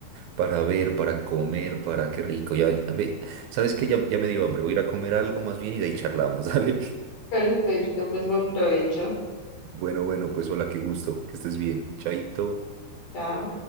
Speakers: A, on the right; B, on the left.
A: para ver, para comer, para qué rico. Ya, ya me- ¿sabes qué? Ya, ya me dio hambre, voy a ir a comer algo más bien y de ahí charlamos, <laughs> dale.
B: Perfecto, pues buen provecho.
A: Bueno, bueno, pues hola, qué gusto, que estés bien. Chaito.
B: Chao.